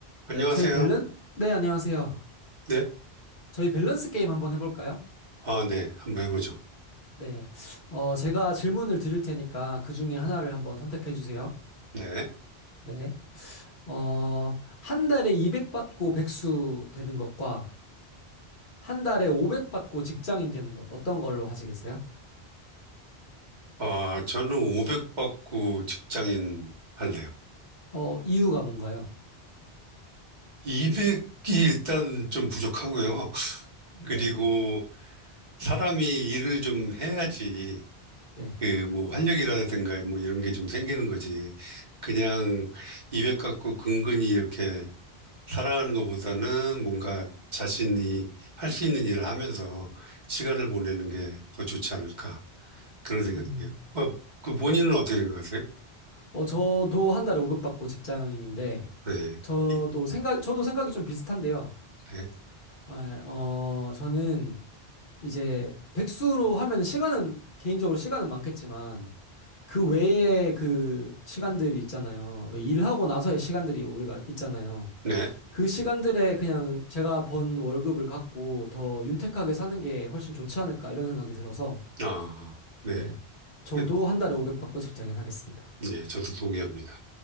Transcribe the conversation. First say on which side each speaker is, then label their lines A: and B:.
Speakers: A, on the right; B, on the left.
A: 안녕하세요.
B: 저희 밸런? 네, 안녕하세요.
A: 네.
B: 저희 밸런스 게임 한번 해볼까요?
A: 아, 네. 한번 해보죠.
B: 네. 어, 제가 질문을 드릴 테니까 그 중에 하나를 한번 선택해 주세요.
A: 네.
B: 네. 어, 한 달에 200 받고 백수 되는 것과 한 달에 500 받고 직장인 되는 것 어떤 걸로 하시겠어요?
A: 아, 저는 500 받고 직장인 할래요.
B: 어, 이유가 뭔가요?
A: 200이 일단 좀 부족하고요. <laughs>
B: 네.
A: 그리고 사람이 일을 좀 해야지
B: 네.
A: 그 뭐 활력이라든가 뭐 이런 게 좀 생기는 거지. 그냥 200 갖고 근근히 이렇게 살아가는 것보다는 뭔가 자신이 할 수 있는 일을 하면서 시간을 보내는 게 더 좋지 않을까. 그런 생각이에요.
B: 음.
A: 어, 그 본인은 어떻게 생각하세요?
B: 어, 저도 한 달에 500 받고 직장인인데
A: 네.
B: 저도
A: 이-
B: 생각, 저도 생각이 좀 비슷한데요.
A: 네.
B: 아, 예. 어, 저는 이제 백수로 하면 시간은 개인적으로 시간은 많겠지만 그 외에 그 시간들이 있잖아요. 왜 일하고 나서의 시간들이 우리가 있잖아요.
A: 네.
B: 그 시간들에 그냥 제가 번 월급을 갖고 더 윤택하게 사는 게 훨씬 좋지 않을까 이런 생각이 들어서
A: 아, 네.
B: 네. 저도
A: 그-
B: 한 달에 500 받고 직장인 하겠습니다.
A: 네, 저도 동의합니다.